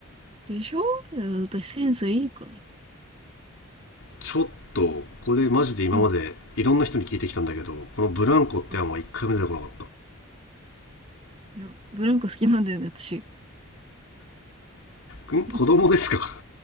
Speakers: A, on the right; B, on the left.
A: でしょいや私センスいいから。
B: ちょっとこれマジで今までいろんな人に聞いてきたんだけどこのブランコって案は一回も出てこなかっ
A: ふっふいや、ブランコ好きなんだよね、私。<laughs>
B: たん子供ですか
A: ふっ